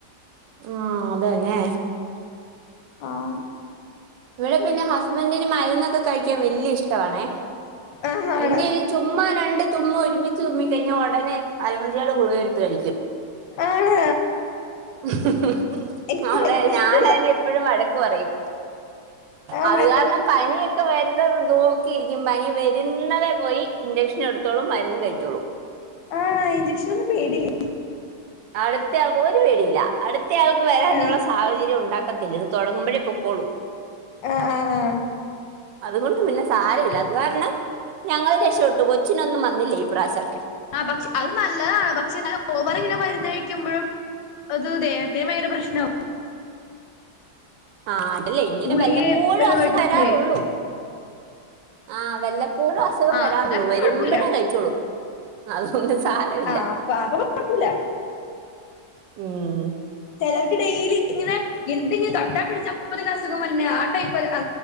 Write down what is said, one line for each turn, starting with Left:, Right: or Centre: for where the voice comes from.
Right: ആഹ് അതന്നെ
Left: ആഹ്
Right: ഇവടെ പിന്നെ ഹസ്ബന്റിന് മരുന്ന കഴിക്കാൻ വലിയ ഇഷ്ട്ട വാണെ
Left: ആഹ് ആണ്
Right: എന്റേല് ചുമ്മാ രണ്ട് ചുമ്മാ ഒരുമി- തുമ്മിക്കഴിഞ്ഞാൽ ഒടനെ അലർജിയുടെ ഗുളികട്ത്ത് കഴിക്കും
Left: ആണ്
Right: <unintelligible>
Left: എനിക്ക്
Right: അതെ
Left: മരുന്ന്
Right: ഞാനയ്നെ
Left: ഇഷ്ടല്ല
Right: എപ്പോഴും വഴക്ക് പറയും
Left: ആഹ്
Right: അത്
Left: മ
Right: കാരണം പനിയൊക്കെ വരുന്നത് നോക്കിയിരിക്കും പനി വരുന്നതെ പോയി ഇൻജക്ഷൻ എടുത്തോളും മരുന്ന്യംകഴിച്ചോളും
Left: ആഹ് ഇഞ്ചക്ഷനൊന്നും പേടില്ലേ
Right: അടുത്ത ആൾക്ക് ഒരു പേടില്ല അടുത്ത ആൾക്ക് വരാനുള്ള
Left: ആഹ്
Right: സാഹചര്യം ഉണ്ടാ- ത്തില്ല ഇത് തുടങ്ങുമ്പോഴേ പൊക്കോളും
Left: ആഹ് ആഹ് ആഹ്
Right: അതുകൊണ്ട് പിന്നെ സാരല്ല അത് കാരണം ഞങ്ങൾ രക്ഷോട്ട് കൊച്ചിനൊന്നും വന്നില്ല ഇപ്രാശം
Left: ആ പക്ഷ അഹ് നല്ലതാണ് പക് പക്ഷെ ഓവർ ഇങ്ങനെ മരുന്ന് കഴിക്കുമ്പോഴും അത് ദേഹത്തിന് ഭയങ്കര പ്രശ്നമാവും
Right: ആഹ് ഇല്ലെയ് ഇങ്ങനെ
Left: ഗുളിക
Right: വല്ലപ്പോഴും
Left: ഒക്കെ
Right: അസു
Left: കഴിക്കുമ്പോഴേ
Right: വരാരുള്ളൂ ആഹ് വെല്ലപ്പോഴും അസുഖം
Left: ആ
Right: വരാരുള്ളു
Left: അതാണ്
Right: വരുമ്പഴേ
Left: കുഴപ്പമില്ല
Right: കഴിച്ചോളു <unintelligible> അതുകൊണ്ട് സാരല്ല
Left: ആ അപ്പൊ അപ്പൊ കുഴപ്പമില്ല
Right: ഉം
Left: ചെലർക്ക് ഡെയിലി ഇങ്ങനെ എന്തെങ്കിലും തട്ടാ പിടിച്ച അപ്പ തെന്നെ അസുഖം വര്ന്ന ആ ടൈപ്പല്ല ആ